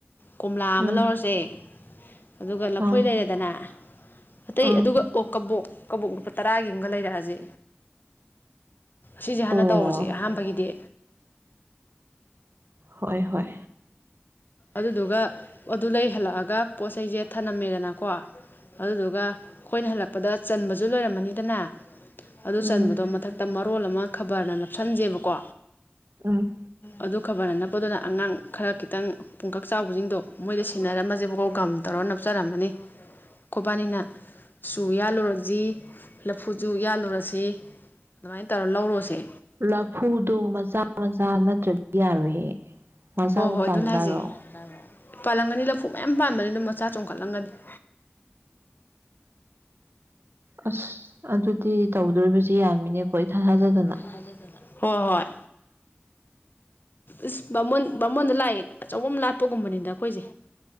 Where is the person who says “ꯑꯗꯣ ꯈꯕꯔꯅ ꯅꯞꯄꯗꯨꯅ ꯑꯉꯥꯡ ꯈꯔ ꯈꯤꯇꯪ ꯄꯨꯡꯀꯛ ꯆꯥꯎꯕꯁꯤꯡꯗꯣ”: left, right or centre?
Left